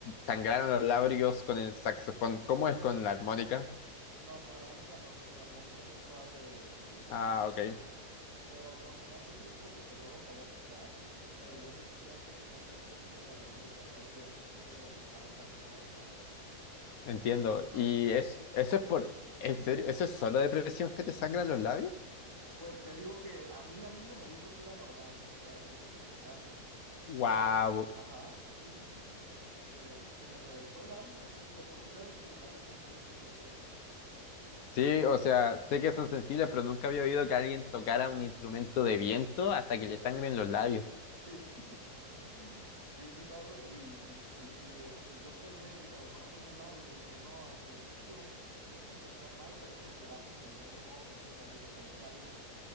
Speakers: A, on the left; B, on the right.
A: sangraron los labios con el saxofón. ¿Cómo
B: Así
A: es
B: es.
A: con la armónica?
B: No, con la armónica no, con la armónica es muy suave, eh,
A: Ah, ok,
B: ajá, pero con, no sé si es porque pues no lo sabía tocar, pero yo sentía que tenía que hacer como mucha presión eh, para el saxofón, ¿sabes?
A: entiendo.
B: Ajá.
A: ¿Y es, eso es por, en serio, eso es solo depresión que te sangran los labios?
B: Pues te digo que a mí mi amigo me dijo que era normal, que al principio te pasa,
A: Wow.
B: pero, ajá, sí, sí, sí, sí, sí, te- se me reventó el labio, eh, de por sí sabes que los labios son sensibles, pues.
A: Sí, o sea, sé que son sensibles, pero nunca había oído que alguien tocara un instrumento de viento hasta que le sangren los labios.
B: Sí, <laughs> sí, sí pasa. Y, y, y, y, este, yo pensé, dije, a lo mejor estoy muy mal. Y me dijo, no, al principio sí es porque estás mal, pero es porque vas entendiendo cómo funciona. Me dice, pero está bien.